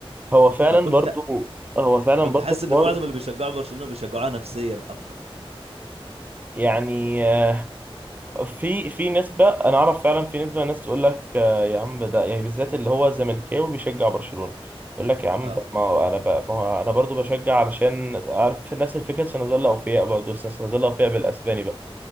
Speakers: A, on the right; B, on the right.
A: هو فعلا
B: فكنت
A: برضو هو فعلا
B: كنت
A: برضو
B: حاسس ان
A: حوار
B: معظم اللي بيشجعوا برشلونة بيشجعوها نفسيا اكتر
A: يعني آه، في في نسبة أنا أعرف فعلا في نسبة ناس تقول لك آه، يا عم ده يعني بالذات اللي هو زملكاوي بيشجع برشلونة يقول لك يا عم
B: اه
A: طب ما هو أنا ب... ما هو أنا برضو بشجع علشان عارف نفس الفكرة سنظل أوفياء برضو بس سنظل أوفياء بالأسباني بقى